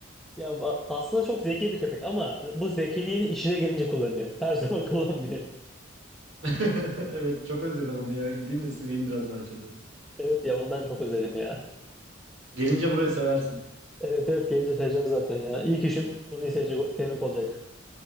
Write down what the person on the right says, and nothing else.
<laughs> Evet çok özledim onu ya. Gideyim de seveyim biraz bahçede.
Gelince burayı seversin.